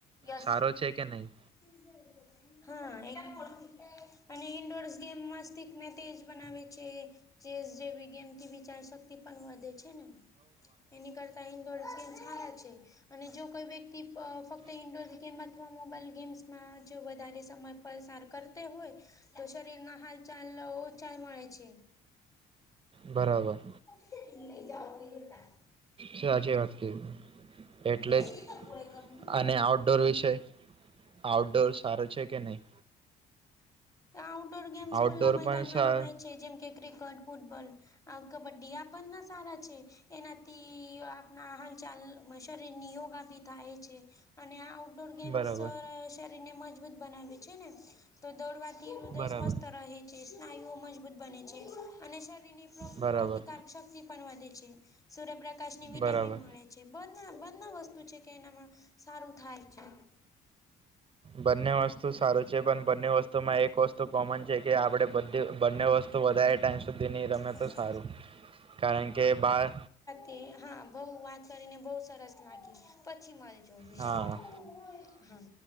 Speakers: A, on the left (about 20°); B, on the right (about 30°).
A: યસ
B: સારો છે કે નહીં?
A: <unintelligible> હા <unintelligible> અને ઇન્ડોર્સ ગેમ્સ મસ્તિષ્ક ને તેજ બનાવે છે. ચેસ જેવી ગેમથી વિચાર શક્તિ પણ વધે છે ને એની કરતા તે ઈન્ડોર ગેમ્સ હારો છે અને જો કોઈ બી તી અ ફક્ત ઈન્ડોર ગેમ અથવા મોબાઈલ ગેમ્સ મા જો વધારે સમય પસાર કરતે હોય તો શરીર ના હાલ ચાલ ઓછા મળે છે.
B: બરાબર.
A: <unintelligible> <inaudible> <unintelligible>
B: સાચી વાત કીધી. એટલે
A: એ
B: જ
A: શી તો ગોળે કરું બેટા
B: અને આઉટડોર વિશે આઉટડોર સારો છે કે નહીં
A: આઉટડોર ગેમ્સ સ્કુલ
B: આઉટડોર
A: ના મેદાનમાં
B: પણ સા
A: રમાય છે જેમકે ક્રિકેટ ફૂટબોલ આ કબડ્ડી આ બના સારા છે. એનાથી આપણા હાલચાલ શરીર ની યોગા થી થાય છે. અને આ આઉટડોર ગેમ્સ
B: બરાબર
A: શ શરીરને મજબૂત બનાવે છે ને તો દોડવા હૃદય
B: બરાબર
A: સ્વસ્થ રહે છે સ્નાયુઓ મજબૂત બને છે અને શરીરની રોગ
B: બરાબર
A: પ્રતિકાર શક્તિ પણ વધે છે સૂર્યપ્રકાશ ની વિટામીન
B: બરાબર
A: મળે છે. છે બના બના વસ્તુ છે કે એનામાં સારું થાય છે.
B: બને વસ. શું સારું છે પણ બંને વસ્તુમાં એક વસ્તુ કોમન છે કે આપણે બધે બંને વસ્તુ તો વધારે ટાઈમ સુધી ની રમે
A: હા
B: તો સારું કારણ કે બહાર
A: હે હા બહુ વાત કરીને બહુ સરસ લાગી પછી મળે. જો <inaudible> <unintelligible>
B: હા
A: હા